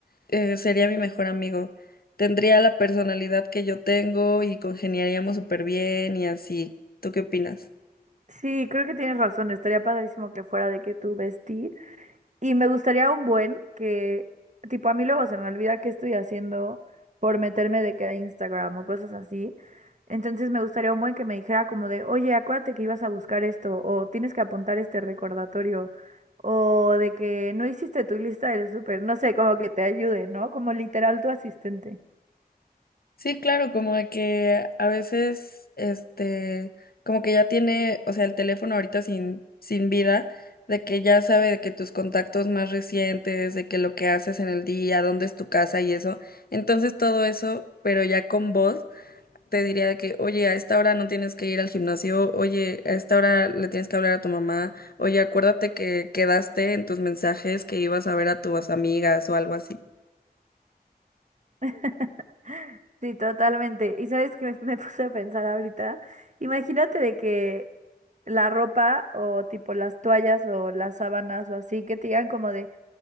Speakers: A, on the left; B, on the right.
A: eh, sería mi mejor amigo. Tendría la personalidad que yo tengo y congeniaríamos súper bien y así. ¿Tú qué opinas?
B: Sí, creo que tienes razón, estaría padrísimo que fuera de que tu vestí. Y me gustaría un buen que, tipo, a mí luego se me olvida qué estoy haciendo por meterme de que a Instagram o cosas así. Entonces me gustaría un buen que me dijera como de, oye, acuérdate que ibas a buscar esto, o tienes que apuntar este recordatorio, o de que no hiciste tu lista del súper, no sé, como que te ayude, ¿no? Como literal tu asistente.
A: Sí, claro, como de que a veces, este, como que ya tiene, o sea, el teléfono ahorita sin, sin vida, de que ya sabe de que tus contactos más recientes, de que lo que haces en el día, dónde es tu casa y eso. Entonces todo eso, pero ya con voz. te diría de que, oye, a esta hora no tienes que ir al gimnasio, oye, a esta hora le tienes que hablar a tu mamá, oye, acuérdate que quedaste en tus mensajes que ibas a ver a tus amigas o algo así.
B: <laughs> Sí, totalmente. Y sabes que me, me <laughs> puse a pensar ahorita, imagínate de que la ropa o tipo las toallas o las sábanas o así, que te digan como de,